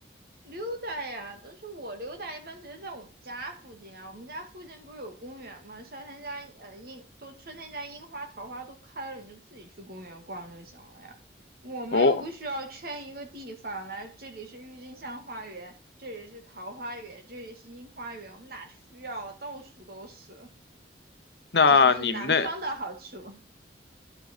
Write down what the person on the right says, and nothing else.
溜达呀，但是我溜达一般直接在我们家附近啊。我们家附近不是有公园吗？夏天家呃樱都春天家樱花、桃花都开了，你就自己去公园逛就行了呀。我们又不需要圈一个地方来，
这里是郁金香花园，这里是桃花源，这里是樱花园，我们哪需要啊？到处都是。
这就是南方的好处。